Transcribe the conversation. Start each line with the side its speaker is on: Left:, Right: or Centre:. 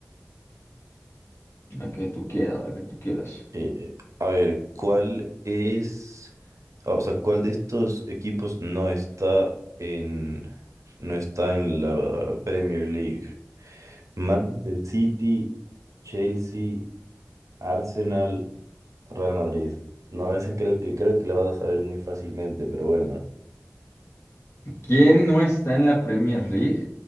Left: La que tú quieras, la que tú quieras.
Right: Eh, a ver, ¿cuál es, ah, o sea, cuál de estos equipos no está en, no está en la Premier League? Manchester City, Chelsea, Arsenal, Real Madrid. No, ese creo que creo que la vas a saber muy fácilmente, pero bueno,
Left: ¿Quién no está en la Premier League?